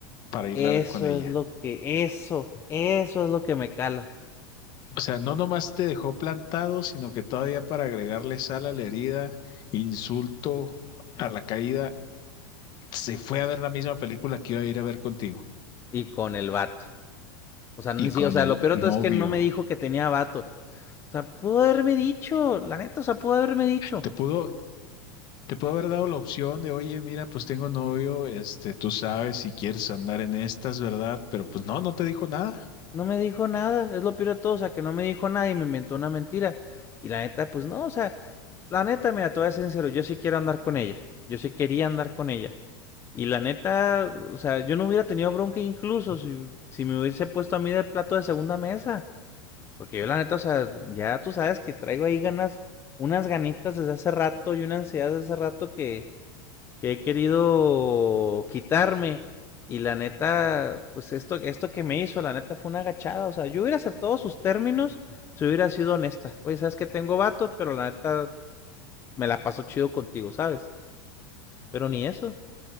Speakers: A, on the left; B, on the left.
A: para irla
B: eso
A: a ver con ella.
B: es lo que, eso, eso es lo que me cala,
A: O sea, no nomás te dejó plantado, sino que todavía para agregarle sal a la herida, insulto a la caída, se fue a ver la misma película que iba a ir a ver contigo
B: y con el vato, o sea, ni
A: y
B: si-
A: con
B: o sea,
A: el
B: lo peor
A: novio.
B: de todo es que no me dijo que tenía vato, O sea, pudo haberme dicho, la neta, o sea, pudo haberme dicho.
A: Te pudo, te pudo haber dado la opción de, oye, mira, pues tengo novio, este, tú sabes si quieres andar en estas, ¿verdad? Pero pues no, no te dijo nada.
B: No me dijo nada, es lo peor de todo, o sea, que no me dijo nada y me inventó una mentira. Y la neta, pues no, o sea, la neta, mira, te voy a ser sincero, yo sí quiero andar con ella, yo sí quería andar con ella. Y la neta, o sea, yo no hubiera tenido bronca incluso si, si me hubiese puesto a mí de plato de segunda mesa. Porque yo la neta, o sea, ya tú sabes que traigo ahí ganas, unas ganitas desde hace rato y una ansiedad desde hace rato que, que he querido quitarme. Y la neta, pues esto, esto que me hizo, la neta fue una agachada. O sea, yo hubiera aceptado sus términos si hubiera sido honesta. Oye, sabes que tengo vato, pero la neta me la paso chido contigo, ¿sabes? Pero ni eso.